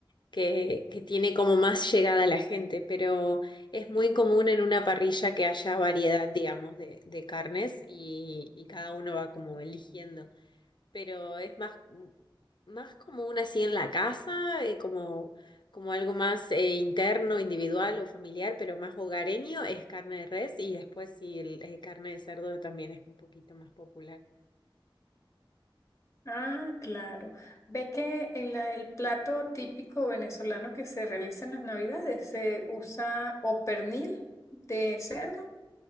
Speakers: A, on the left (about 60°); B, on the left (about 35°).
A: que, que tiene como más llegada a la gente. Pero es muy común en una parrilla que haya variedad, digamos, de, de carnes y, y cada uno va como eligiendo. Pero es más. mm, más como una así en la casa, eh, como, como algo más eh, interno, individual o familiar, pero más hogareño es carne de res y después sí, el, eh, carne de cerdo también es un poquito más popular.
B: Ah, claro. Ve que en la- el plato típico venezolano que se realiza en las Navidades se usa o pernil de cerdo